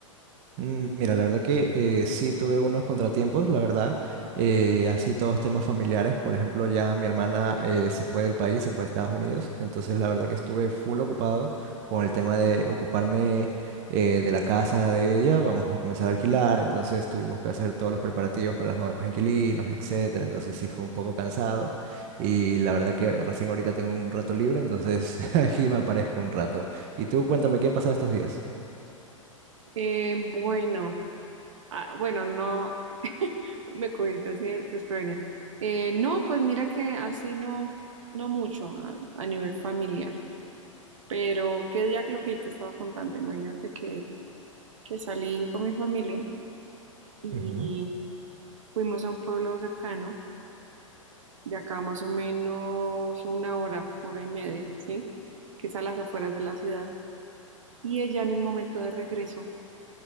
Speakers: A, on the right; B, on the right.
A: Mm, Mira, la verdad que eh, sí tuve unos contratiempos, la verdad, eh, así todos temas familiares. Por ejemplo, ya mi hermana eh, se fue del país, se fue a Estados Unidos, entonces la verdad que estuve full ocupado con el tema de ocuparme eh, de la casa de ella. Vamos a comenzar a alquilar, entonces tuvimos que hacer todos los preparativos para los nuevos inquilinos, etcétera. Entonces sí fue un poco cansado y la verdad que recién ahorita tengo un rato libre, entonces <laughs> aquí me aparezco un rato. Y tú cuéntame qué ha pasado estos días.
B: Eh, bueno, ah, bueno, no, <laughs> me cogiste así de- desprevenida. Eh, no, pues mira que así no, no mucho a, a nivel familiar, pero qué día que lo que yo te estaba contando, imagínate que, que salí con mi familia y
A: Ujú,
B: fuimos a un pueblo cercano de acá más o menos una hora, hora y media, ¿sí? Que es a las afueras de la ciudad. Y ella en el momento de regreso,